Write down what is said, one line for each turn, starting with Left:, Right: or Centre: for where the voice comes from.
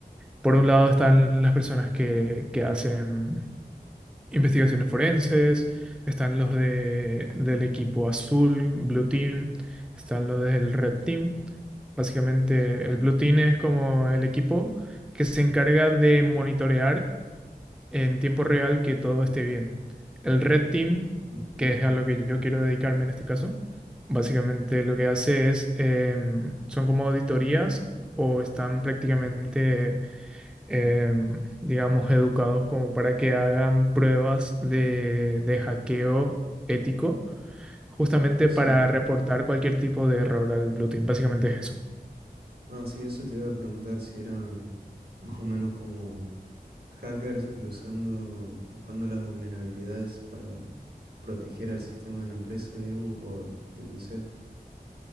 Centre: Por un lado están las personas que, que hacen investigaciones forenses, están los de, del equipo azul, Blue Team, están los del Red Team. Básicamente, el Blue Team es como el equipo que se encarga de monitorear en tiempo real que todo esté bien. El Red Team,
Right: Ujú.
Centre: que es a lo que yo quiero dedicarme en este caso, básicamente lo que hace es, em, son como auditorías o están prácticamente em, digamos, educados como para que hagan pruebas de, de hackeo ético, justamente
Right: Sí.
Centre: para reportar cualquier tipo de error al Blue Team. Básicamente es eso.
Right: Ah, sí, eso te iba a preguntar si eran más o menos como hackers, pero usando, buscando las vulnerabilidades para proteger al sistema de la empresa, digamos, o de quien sea.